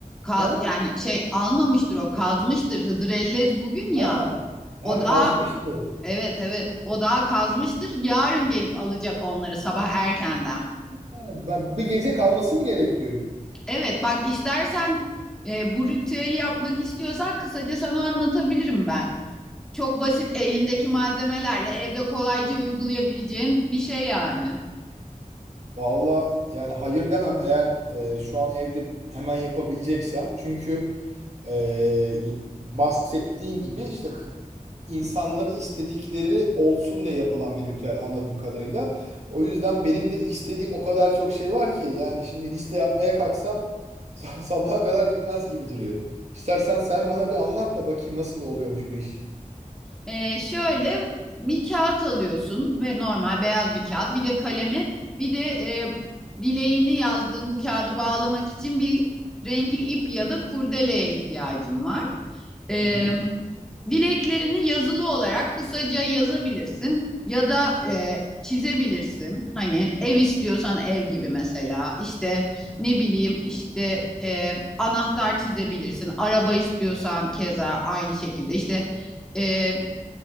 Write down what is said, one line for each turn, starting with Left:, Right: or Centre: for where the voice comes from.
Centre: Ka-
Right: Ha?
Centre: yani şey almamıştır o kazmıştır. Hıdrellez bugün
Right: Ha.
Centre: ya.
Right: Ha
Centre: O daha
Right: kazmıştı.
Centre: evet evet o daha kazmıştır. Yarın gelip alacak onları sabah erkenden.
Right: Ha, Ben bir gece kalması mı gerekiyor?
Centre: Evet bak istersen e, bu ritüeli yapmak istiyorsan kısaca sana anlatabilirim ben. Çok basit elindeki malzemelerle evde kolayca uygulayabileceğin bir şey yani.
Right: Valla yani hayır demem eğer e, şu an evde hemen yapabileceksem. Çünkü e, bahsettiğin gibi işte h- insanların istedikleri olsun diye yapılan bir ritüel anladığım kadarıyla. O yüzden benim de istediğim o kadar çok şey var ki yani şimdi liste yapmaya kalksam <laughs> sa- sabaha kadar bitmez gibi duruyor. İstersen sen bana bir anlat da bakayım nasıl oluyormuş bu iş.
Centre: E, şöyle bir kağıt alıyorsun ve normal beyaz bir kağıt bir de kalemi bir de e, dileğini yazdığın bu kağıdı bağlamak için bir renkli ip ya da kurdeleye ihtiyacın var. Ee,
Right: Hı hı.
Centre: Dileklerini yazılı olarak kısaca yazabilirsin ya da e, çizebilirsin. Hani ev istiyorsan ev gibi mesela işte ne bileyim işte e, anahtar çizebilirsin. Araba istiyorsan keza aynı şekilde işte e,